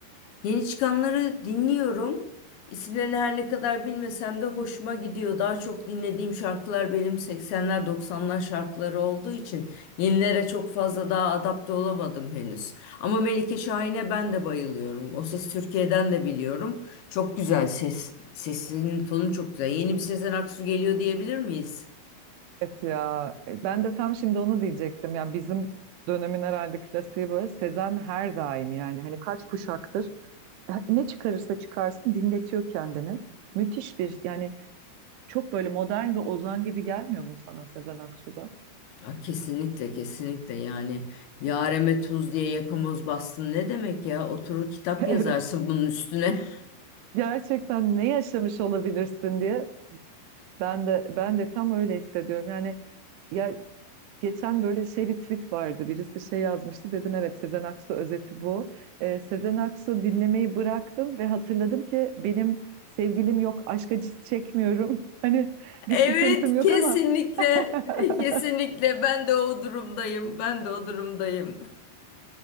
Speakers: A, on the left; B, on the right.
A: Yeni çıkanları dinliyorum. İsimlerini her ne kadar bilmesem de hoşuma gidiyor. Daha çok dinlediğim şarkılar benim 80'ler 90'lar şarkıları olduğu için yenilere çok fazla daha adapte olamadım henüz. Ama Melike Şahin'e ben de bayılıyorum. O Ses Türkiye'den de biliyorum. Çok güzel ses, sesinin tonu çok güzel. Yeni bir Sezen Aksu geliyor diyebilir miyiz?
B: Evet ya ben de tam şimdi onu diyecektim. Yani bizim dönemin herhalde klasiği böyle Sezen her daim yani. Hani kaç kuşaktır ne çıkarırsa çıkarsın dinletiyor kendini. Müthiş bir yani çok böyle modern bir ozan gibi gelmiyor mu sana Sezen Aksu'da? <laughs>
A: Ya kesinlikle kesinlikle yani yareme tuz diye yakamoz bastın ne demek ya oturur kitap
B: Evet.
A: yazarsın bunun üstüne <laughs>
B: Gerçekten ne yaşamış olabilirsin diye ben de ben de tam öyle hissediyorum. Yani ya geçen böyle şey bir tweet vardı. Birisi şey yazmıştı. Dedim evet Sezen Aksu özeti bu. Ee, Sezen Aksu dinlemeyi bıraktım ve hatırladım ki benim sevgilim yok, aşk acısı çekmiyorum. <laughs> Hani bir
A: Evet,
B: sıkıntım yok
A: kesinlikle,
B: ama <laughs>
A: kesinlikle ben de o durumdayım, ben de o durumdayım.